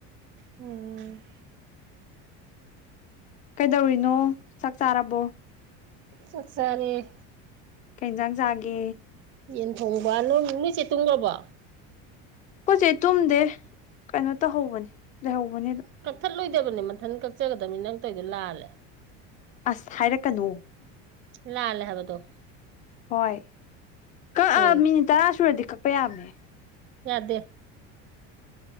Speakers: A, on the right; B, on the left.
A: ꯎꯝ
B: ꯀꯩꯗꯧꯔꯤꯅꯣ ꯆꯥꯛ ꯆꯥꯔꯕꯣ
A: ꯁꯛꯁꯔꯦ
B: ꯀꯩ ꯌꯦꯟꯖꯥꯡ ꯆꯥꯒꯦ
A: ꯌꯦꯟ ꯊꯣꯡꯕ ꯅꯣꯏ ꯂꯣꯏ ꯆꯦ ꯇꯨꯡꯉꯕꯣ
B: ꯑꯩꯈꯣꯢ ꯆꯦ ꯇꯨꯝꯗꯦ ꯀꯩꯅꯣ ꯇꯧꯍꯧꯕꯅꯤ ꯂꯩꯍꯧꯕꯅꯤ ꯑꯗꯨꯝ
A: ꯀꯛꯊꯠꯂꯣꯏꯗꯕꯅꯤ ꯃꯊꯟ ꯀꯛꯆꯒꯗꯕꯅꯤ ꯅꯪ ꯇꯧꯗꯣ ꯂꯥꯜꯂꯦ
B: ꯑꯁ ꯍꯥꯏꯔꯛꯀꯅꯨ ꯎ
A: ꯂꯥꯜꯂꯦ ꯍꯥꯏꯕ ꯑꯗꯣ
B: ꯍꯣꯏ ꯀꯛꯑ
A: ꯍꯣꯏ
B: ꯃꯤꯅꯤꯠ ꯇꯔꯥ ꯁꯨꯔꯗꯤ ꯀꯛꯄ ꯌꯥꯕꯅꯦ
A: ꯌꯥꯗꯦ